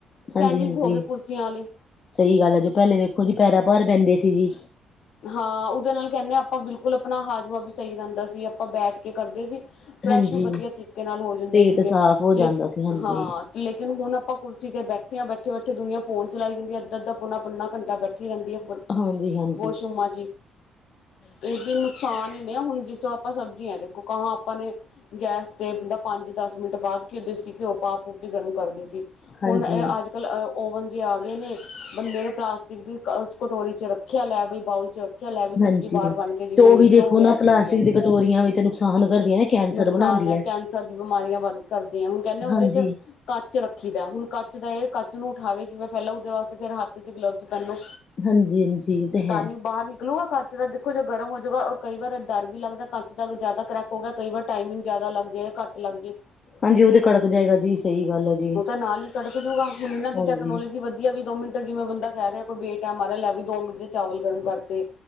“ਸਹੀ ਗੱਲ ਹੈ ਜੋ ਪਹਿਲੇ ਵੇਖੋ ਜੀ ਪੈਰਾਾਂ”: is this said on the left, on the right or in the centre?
Left